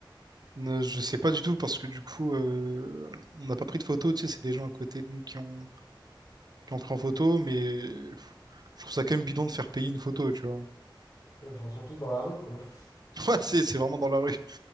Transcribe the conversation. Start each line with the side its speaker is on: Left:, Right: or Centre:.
Right: Ne- Je sais pas du tout parce que du coup, euh, on n'a pas pris de photos. Tu sais, c'est des gens à côté de nous qui ont, qui ont pris en photo, mais pff, je trouve ça quand même bidon de faire payer une photo, tu vois.
Left: Ouais, Enfin, surtout dans la rue, quoi. <laughs>
Right: <laughs> Ouais, c'est c'est vraiment dans la rue,